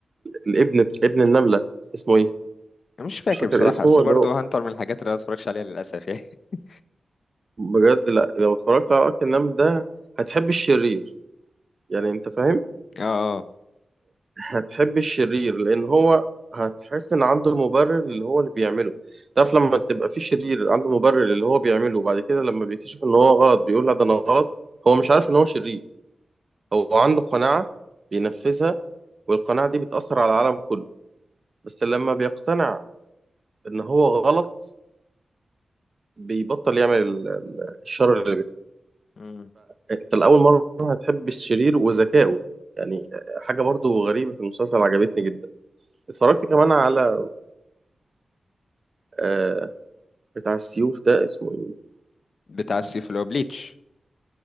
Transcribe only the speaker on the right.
الابن ابن النملة اسمه ايه
مش فاكر
اسمه
اللي هو
بجد لا لو اتفرجت على ارك النمل ده هتحب الشرير يعني انت فاهم
هتحب الشرير لان هو هتحس ان عنده مبرر اللي هو اللي بيعمله تعرف لما تبقى في شرير عنده مبرر اللي هو بيعمله وبعد كده لما بيكتشف ان هو غلط بيقول لا ده انا غلط هو مش عارف ان هو شرير هو عنده قناعة بينفذها والقناعة دي بتأثر على العالم كله بس لما بيقتنع ان هو غلط بيبطل يعمل ال- ال- الشر
انت لاول مره هتحب الشرير وذكائه يعني حاجه برضو غريبه في المسلسل عجبتني جدا اتفرجت كمان على آه بتاع السيوف ده اسمه ايه